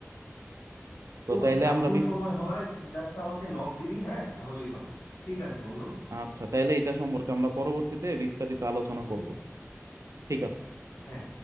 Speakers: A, on the right; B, on the left.
A: তো
B: তোর
A: তাইলে
B: যখন
A: আমরা বিস-
B: সময় হয় তুই just আমাকে নক দিবি হ্যাঁ তাহলেই হবে ঠিক আছে বন্ধু
A: আচ্ছা তাইলে এটা সম্পর্কে আমরা পরবর্তীতে বিস্তারিত আলোচনা করব ঠিক আছে
B: হ্যাঁ